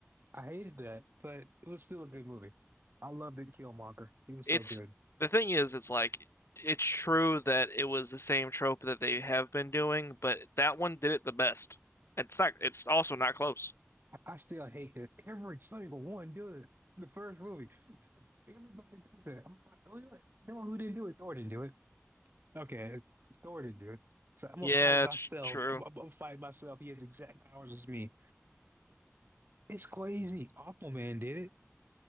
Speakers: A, on the right; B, on the left.
A: I hated that, but it was still a good movie. I loved it, Killmonger. He was
B: it's
A: so good.
B: the thing is, it's like it's true that it was the same trope that they have been doing, but that one did it the best. It's not. It's also not close.
A: I still hate that every single one does it. The first movie, everybody does it. I'm like, "Oh, you know what? no, who didn't do it? Thor didn't do it. Okay, Thor didn't do it. So I'm gonna
B: Yeah,
A: fight myself.
B: it's true.
A: I'm, I'm gonna fight myself. He has the exact powers as me. It's crazy. Aquaman did it.